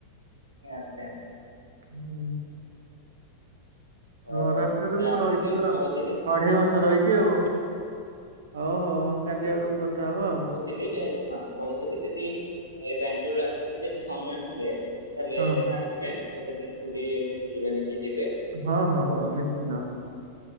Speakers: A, on the right; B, on the right.
A: ଆଛା।
B: ହୁଁ।
A: ଆଉ
B: ହଁ ରାସ୍ତାରୁରେ
A: ଆପଣ କେବେ
B: ମୁଁ
A: ଆସିଯିବେ
B: ରହିଚି
A: କହୁଥିଲି
B: ଅଢେଇ ବର୍ଷ ରହିଛି
A: ହଁ।
B: ଆଉ। ହୋଉ ହୋଉ ହଉ କାଲି ଆଡକୁ କଥା ହବ ଆଉ।
A: ଥିଲ ହଁ କହୁଥିଲି ଯଦି ବାଙ୍ଗାଲୋରୁରୁ ଆସି କି ଯଦି ସମୟ ମିଳେ ତାହେଲେ
B: ଆଉ
A: ଆସିବେ ଗୋଟେ ଦିନ ପୁରୀ ବୁଲିିବାଲିକି ଯିବେ।
B: ହଁ ହଁ
A: ଆଉ
B: ହଁ ନିଶ୍ଚିନ୍ତ
A: ହଁ।